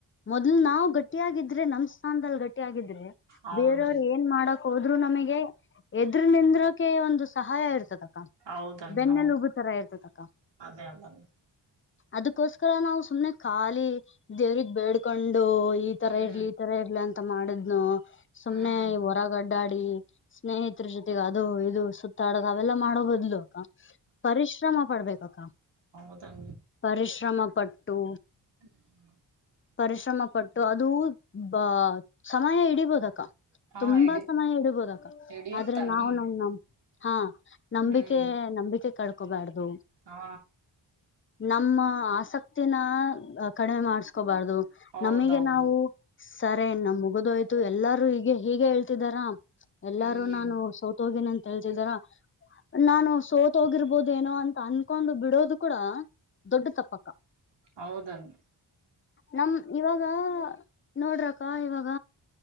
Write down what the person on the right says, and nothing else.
ಹೌದ್ರಿ
ಹೌದಮ್ಮಿ
ಹೌದು
ಅದೇ ಅಲ್ಲಮ್ಮಿ
ಹ್ಮ್
ಹ್ಮ್
ಹೌದಂಗ
ಹ್ಮ್
ಹಾ
ಹಿಡಿ
ಹಿಡಿಯುತ್ತಮ್ಮಿ
ಹ್ಮ್
ಹಾ
ಹೌದೌದು
ಹ್ಮ್
ಹೌದನ್